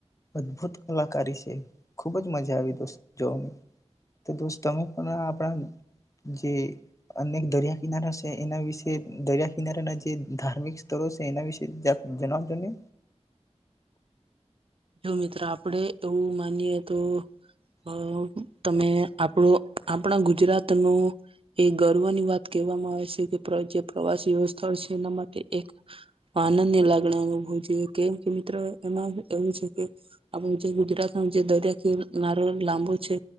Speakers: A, on the left; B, on the right.
A: અદભુત કલાકારી છે ખુબ જ મજા આવી દોસ્ જોને તો દોસ્ તમે પણ આપણા જે અનેક દરિયા કિનારા છે એના વિશે દરિયા કિનારાના જે ધાર્મિક સ્થળો છે એના વિશે જણાવજો ને
B: જો મિત્રો આપડે એવું માનીએ તો અ તમે આપણો આપણા ગુજરાતનું એ ગર્વ ની વાત કહેવામાં આવે છે કે જે પ્રવાસીઓ સ્થળ છે એના માટે એક આનંદ ની લાગણી અનુભવ જોઈ કેમ કે મિત્રો એમાં એવું છે કે આપણું જે ગુજરાત ન જે દરિયા કિનારો લાંબો છે